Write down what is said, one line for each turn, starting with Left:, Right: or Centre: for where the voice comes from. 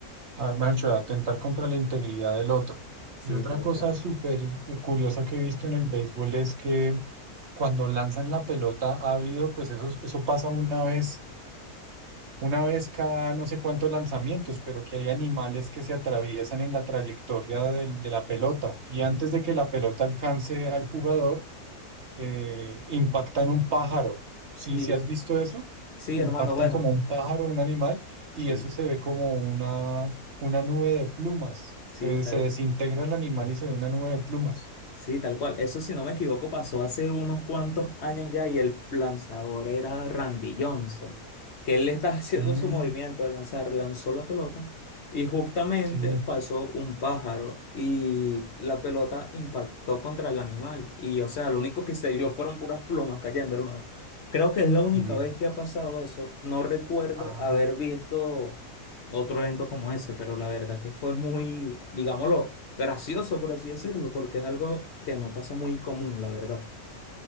Right: a, mejor dicho, atentar contra la integridad del otro.
Left: Sí,
Right: Y otra
Left: tal
Right: cosa
Left: cual.
Right: súper eh, curiosa que he visto en el béisbol es que cuando lanzan la pelota ha habido, pues eso, eso pasa una vez, una vez cada no sé cuántos lanzamientos, pero que hay animales que se atraviesan en la trayectoria del- de la pelota. Y antes de que la pelota alcance al jugador, eh, impactan un pájaro. ¿Sí,
Left: Sí,
Right: sí has visto eso?
Left: sí,
Right: Impactan
Left: hermano, bueno,
Right: como un pájaro, un animal,
Left: sí,
Right: y eso se ve como una, una nube de plumas.
Left: sí,
Right: Se,
Left: tal
Right: se desintegra el animal y se ve una nube de plumas.
Left: Sí, tal cual. Eso, si no me equivoco, pasó hace unos cuantos años ya y el lanzador era Randy Johnson, que él estaba <laughs> haciendo
Right: Mm,
Left: su movimiento de lanzar, lanzó la pelota y justamente
Right: sí,
Left: pasó un pájaro y la pelota impactó contra el animal. Y, o sea, lo único que se vio fueron puras plumas cayendo, hermano. Creo que es la única
Right: sí.
Left: vez que ha pasado eso. No recuerdo
Right: Ah,
Left: haber visto otro evento como ese, pero la verdad que fue muy, digámoslo gracioso, por así decirlo, porque es algo que no pasa muy común, la verdad.